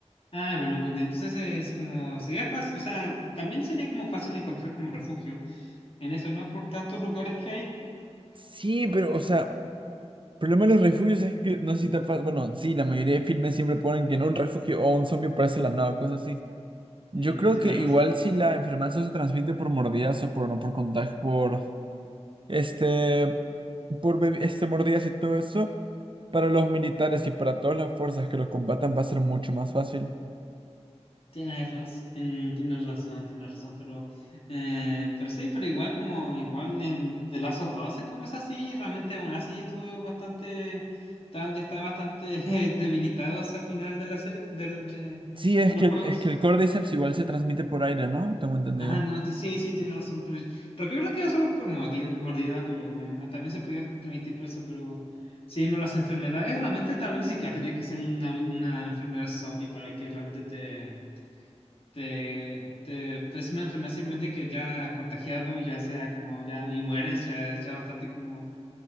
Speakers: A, on the left; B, on the right.
A: Ah, bueno, bueno, entonces es como, sería fácil, o sea, también sería como fácil encontrar como refugio en eso, ¿no? Por tantos lugares que hay.
B: Sí, pero, o sea, problema de los refugios es que no sé si te ha Bueno, sí, la mayoría de filmes siempre ponen que en un refugio o un zombie aparece de la nada, cosas así. Yo
A: Mm,
B: creo
A: tienes
B: que igual
A: razón.
B: si la enfermedad se transmite por mordidas o por no por contagio, por este, por bebi- este mordidas y todo eso, para los militares y para todas las fuerzas que los combatan va a ser mucho más fácil.
A: Tienes razón, tienes razón, tienes razón, pero, eh, pero sí, pero igual como igual en The Last of Us es como es así, realmente aún así estuvo bastante, estaba- yo estaba bastante <laughs> debilitado al final de la serie, del, de,
B: Sí, es
A: de los
B: que
A: juegos.
B: el, es que el Cordyceps igual se transmite por aire, ¿no? Tengo entendido.
A: Ah, no, ti- sí, sí, tienes razón, pero, pero yo creo que eso por mordida, mordida, pero um, ah, también se podía permitir por eso, pero sí, no, las enfermedades realmente también ni siquiera tiene que ser una, una enfermedad zombie para que realmente te te, te- pues, es una enfermedad simplemente que ya ha contagiado y ya sea como ya y mueres, ya es ya bastante como,